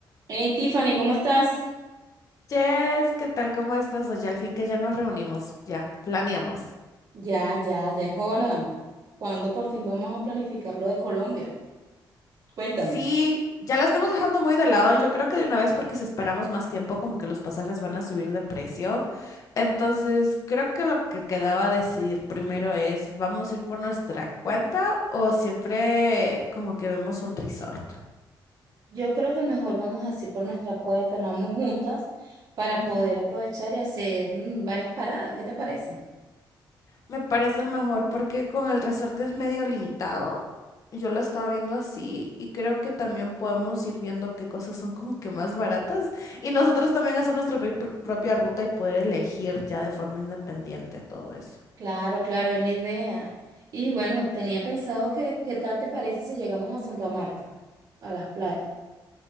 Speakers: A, on the right; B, on the left.
A: Hey Tiffany, ¿cómo estás?
B: Jess, ¿qué tal? ¿Cómo estás? Oye, al fin que ya nos reunimos, ya, planeamos.
A: Ya, ya, ya es hora. ¿Cuándo por fin vamos a planificar lo de Colombia? Cuéntame.
B: Sí, ya la estamos dejando muy de lado. Yo creo que de una vez, porque si esperamos más tiempo, como que los pasajes van a subir de precio. Entonces, creo que lo que quedaba decidir primero es, ¿vamos a ir por nuestra cuenta o siempre como que vemos un resort?
A: Yo creo que mejor vamos así por nuestra cuenta, nos vamos juntas para
B: Ujú.
A: poder aprovechar y hacer mm, varias paradas. ¿Qué te parece?
B: Me parece mejor porque con el resorte es medio limitado. Yo lo estaba viendo así y creo que también podemos ir viendo qué cosas son como que más baratas y nosotros también hacer nuestra pe- pr- propia ruta y poder elegir ya de forma independiente todo eso.
A: Claro, claro, es la idea. Y bueno, tenía pensado que, ¿qué tal te parece si llegamos a Santa Marta, a las playas?